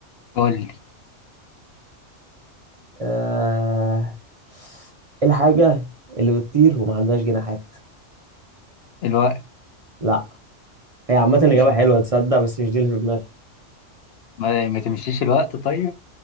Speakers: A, on the left (about 65°); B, on the right (about 40°).
A: قول لي
B: آه الحاجه اللي بتطير وما عندهاش جناحات
A: الوقت
B: لا هي عامه اجابه
A: مش
B: حلوه تصدق بس مش دي اللي في دماغي
A: ما, ما تمشيش الوقت طيب